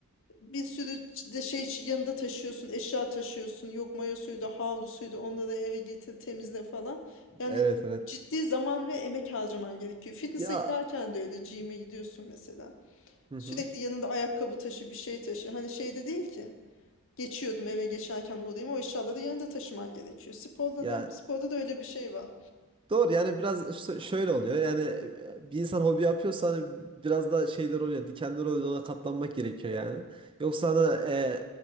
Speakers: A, on the left; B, on the right.
A: Bir sürü de şey yanında taşıyorsun, eşya taşıyorsun. Yok mayo suyu da, havlu suyu da onları eve getir, temizle falan. Yani
B: Evet evet.
A: ciddi zaman ve emek harcaman gerekiyor. Fitness'a
B: Ya
A: giderken de öyle gym'e gidiyorsun mesela.
B: hı hı.
A: Sürekli yanında ayakkabı taşı, bir şey taşı. Hani şey de değil ki. Geçiyordum eve geçerken uğrayayım. O eşyaları yanında taşıman gerekiyor. Sporda
B: Ya
A: da, sporda da öyle bir şey var.
B: Doğru yani biraz şö- şöyle oluyor yani e, bir insan hobi yapıyorsa hani biraz da şeyler oluyor dikenler oluyor ona katlanmak gerekiyor yani. Yoksa hani e,